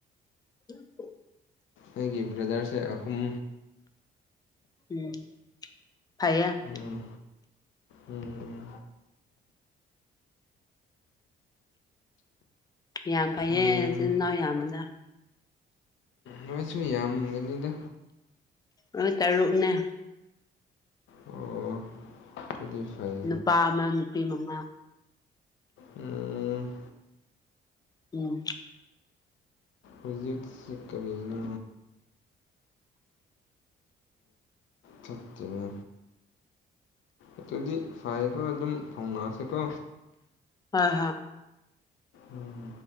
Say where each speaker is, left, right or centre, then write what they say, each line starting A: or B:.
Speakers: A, on the left; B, on the left.
A: ꯎ
B: ꯑꯩꯒꯤ ꯕ꯭ꯔꯗꯔꯁꯦ ꯑꯍꯨꯝ
A: ꯎꯝ ꯐ
B: ꯎꯝ ꯎꯝ
A: ꯌꯥꯝ ꯐꯩꯌꯦ
B: ꯎꯝ
A: ꯅꯆꯤꯟꯜꯅꯥꯎ ꯌꯥꯝꯅ
B: ꯅꯣꯏꯁꯨ ꯌꯥꯝꯒꯅꯤꯗ
A: ꯑꯣꯏ ꯇꯔꯨꯛꯅꯦ
B: ꯑꯣ ꯑꯗꯨꯗꯤ ꯐꯩ
A: ꯅꯨꯄꯥ ꯑꯃ ꯅꯨꯄꯤ ꯃꯃꯥ
B: ꯎꯝ
A: ꯎꯝ
B: ꯔꯤꯍꯤꯁ ꯀꯔꯤꯅ ꯑꯊꯠꯇꯅ ꯑꯗꯨꯗꯤ ꯐꯔꯦꯀꯣ ꯑꯗꯨꯝ ꯐꯥꯎꯅꯑꯁꯤꯀꯣ
A: ꯑ ꯍꯥ
B: ꯎꯝ